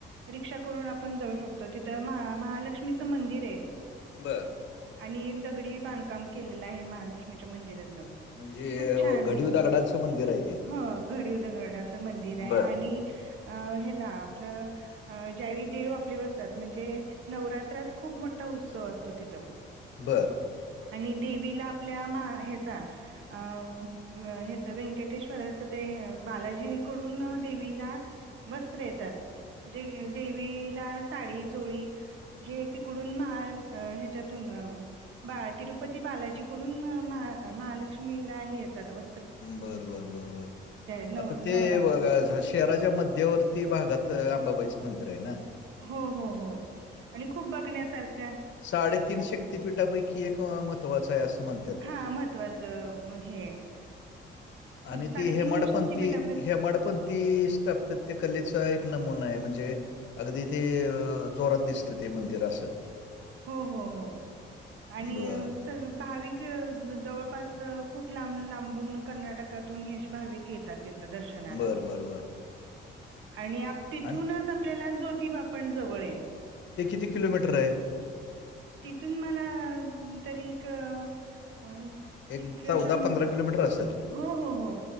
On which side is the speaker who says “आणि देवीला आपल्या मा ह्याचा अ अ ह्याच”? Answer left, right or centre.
Right